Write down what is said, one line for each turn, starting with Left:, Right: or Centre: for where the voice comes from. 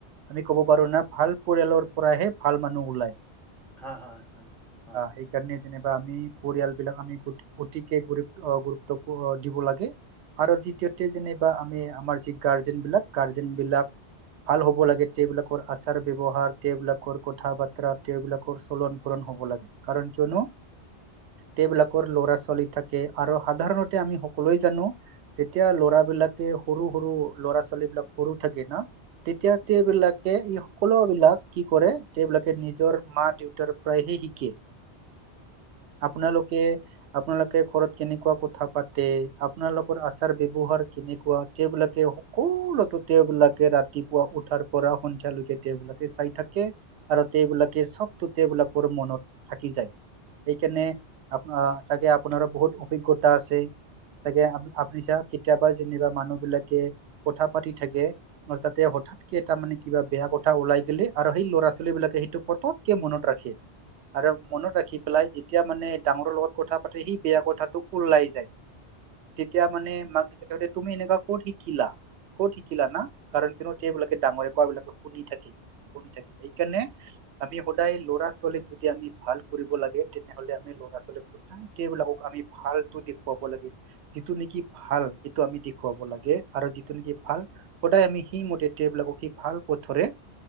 Right: আমি ক'ব পাৰো না ভাল পৰিয়ালৰ পৰাহে ভাল মানুহ ওলায়।
Centre: হয় - হয়- হয়।
Right: সেইকাৰণে যেনিবা আমি পৰিয়ালবিলাক আমি অতিকে গুৰুত - গুৰুব দিব লাগে আৰু দ্বিতীয়তে যেনিবা আমি আমাৰ যি গাৰ্জেন বিলাক - গাৰ্জেন বিলাক ভাল হ'ব লাগে তেওঁবিলাকৰ আচাৰ ব্যৱহাৰ বিলাকৰ কথা বাতৰা তেওঁবিলাকৰ চলন পূৰণ হ'ব লাগে কাৰণ কিয়নো তেবিলাকৰ লৰা ছোৱালী থাকে আৰু সাধাৰণতে আমি সকলোৱে জানো তেতিয়া লৰা বিলাকে সৰু - সৰু। ল'ৰা ছোৱালী বিলাক সৰু থাকে ন তেতিয়াতেবলাকে ই সকলো বিলাক কি কৰে তেওঁবলাকে নিজৰ মা দেউতা তৰ প্ৰায় হে শিকে আপোনালোক আপোনালোকে ঘৰত কেনেকুৱা কথা পাতে আপোনালোকৰ আচাৰ ব্যৱহাৰ কেনেকুৱা সেইবিলাক সকলোতো তেওঁবিলাকে ৰাতিপুৱা উঠাৰ পৰা সন্ধিয়ালৈকে তেওঁবিলাকে চাই থাকে। আৰু সবিলাকে চবটোবলাকৰ মনত থাকি যায়। সেইকাৰণে আপ, তাকে আপোনাৰো বহুত অভিজ্ঞতা আছে। চাগে আ-আপুনি চা কেতিয়াবা যেনিবা মানুহ বিলাক কথা পাতি থাকে আৰু তাতে হঠাৎকে এটা মানে কিবা বেয়া কথা ওলাই গলে আৰু সেই ল'ৰা ল'ৰা ছালী বিলাকে সেইটো পততকে মনত ৰাখে। আৰু মনত ৰাখি পেলাই যেতিয়া মানে ডাঙৰৰ লগত কথা পাতে সেই বেয়া কথাটোক ওললাই যায়। তেতিয়া মানে ম তুমি এনেকা ক'ত শিকিলা ক'ত শিকিলা না কাৰণ কিয়ো স এইবিলাকে ডাঙৰে কোৱাবলাকে শুনি থাকে ম থাক এইকাৰণে আমি সদায় ল'ৰা ছোৱালীক যদি আমি ভাল কৰিব লাগে তেনেহ'লে আমি ল'ৰা ছোৱালীক সদায় কেইবিলাকক আমি ভাল। ভালটো দেখুৱাব লাগে যিটো নেকি ভাল সেইটো আমি দেখুৱাব লাগে। আৰু যিটো নেকি ভাল গটাই আমি সি মতে টেব লাক সি ভাল পথৰে